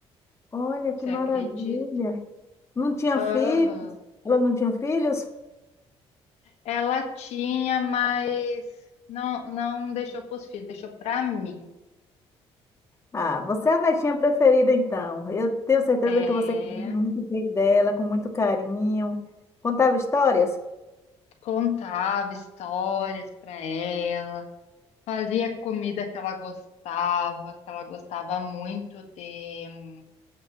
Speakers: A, on the left; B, on the left.
A: Olha que
B: Você
A: maravilha!
B: acredita?
A: Não tinha
B: Aham.
A: filhos? Ela não tinha filhos?
B: Ela tinha, mas não, não deixou pros filhos, deixou pra mim.
A: Ah, você é a netinha preferida, então. Eu tenho certeza
B: É,
A: que você cuidava muito bem dela, com muito carinho. Contava histórias?
B: contava histórias pra ela, fazia comida que ela gostava, que ela gostava muito de.